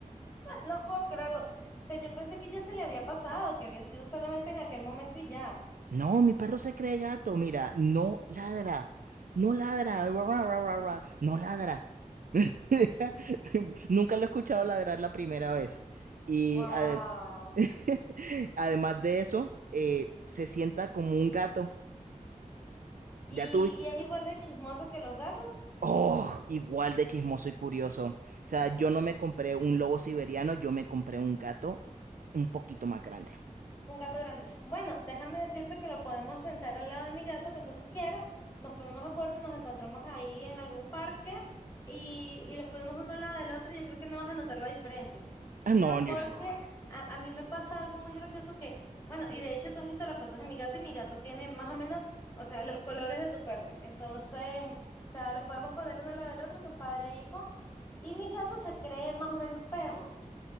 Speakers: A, on the left; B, on the right.
A: No puedo creerlo. O sea, yo pensé que ya se le había pasado, que había sido solamente en aquel momento y ya.
B: No, mi perro se cree gato, mira, no ladra, no ladra, ra, ra, ra, ra, ra, no ladra. <laughs> Nunca lo he escuchado ladrar la primera vez. Y
A: Wow.
B: ade- <laughs> además de eso, eh, se sienta como un gato.
A: ¿Y,
B: Ya tuviste.
A: y es igual de chismoso que los gatos?
B: Oh, igual de chismoso y curioso. O sea, yo no me compré un lobo siberiano, yo me compré un gato un poquito más grande.
A: Un gato grande. Bueno, déjame decirte que lo podemos sentar al lado de mi gato cuando tú quieras. Nos ponemos de acuerdo y nos encontramos ahí en algún parque y, y los ponemos uno al lado del otro y yo creo que no vas a notar la diferencia.
B: Ah,
A: sea,
B: no, yo-
A: porque a, a mí me pasa algo muy gracioso que, bueno, y de hecho tú has visto las fotos de mi gato y mi gato tiene más o menos, o sea, los colores de tu perro. Entonces, o sea, los podemos poner uno al lado del otro, son padre e hijo, y mi gato se cree más o menos perro.